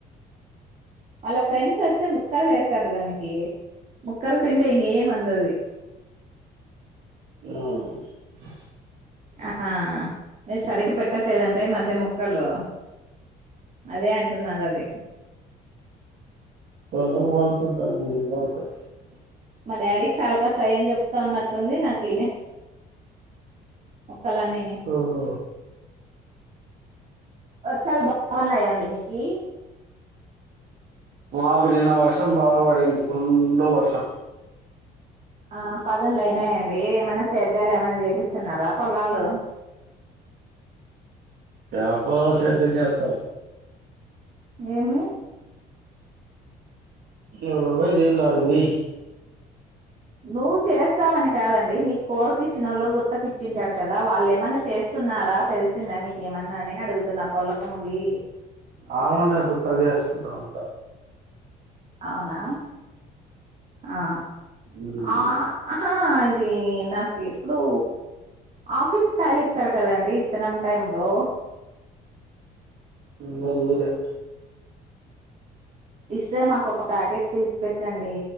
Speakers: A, on the right; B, on the right.
A: వాళ్ళ ఫ్రెండ్స్ వస్తే ముక్కల్ చేస్తార్ దాన్ని కి ముక్కలు తింటే ఇంకేం అందది
B: ఆ స్
A: ఆ మీరు సరిగ్గా పెట్టట్లేదంటే ఈ మధ్య ముక్కలు అదే అంటున్నా దది
B: <unintelligible> నిజంగా
A: మా డాడీకి సాల కస్తయని చెప్తా ఉన్నట్లుంది నాకి ముక్కల్లన్ని ఇగ
B: ఆ
A: వర్షాలు బాగున్నాయండి మీకి
B: మాకు నిన్న వర్షం బాగాపడింది ఫుల్లు వర్షం
A: ఆ పదున్లు అయినాయండి ఏమైన సేద్యాలు ఏమైన చేపిస్తున్నారా పొలాల్లో <inaudible>
B: యా పొలాలు సేద్యం చేత్తం
A: ఏమి
B: ఎవరు పని చేయట్ల ఆడికి పోయి
A: నువ్వు చేస్తావని కాదండి మీ కోరి కిచ్చిన వాళ్ళు గుత్తకు ఇచ్చింటారు కదా వాళ్ళు ఏమన్నా చేస్త స్తున్నారా తెలిసిందా మీకేమన్నాని అడుగుతున్న పొలంవి
B: ఆ ఉండదు గుత్తకి చేసుకుంటాం అంత
A: అవునా ఆ
B: మ్మ్
A: ఆ అహా అది నాకు ఎప్పుడుూ ఆఫీస్ కాయలిస్తారు కదండి ఇత్తనం టైమ్ లో
B: ఇంకా ఈ లె
A: ఇస్తే మాకు ఒక ప్యాకెట్ తీసి పెట్టండి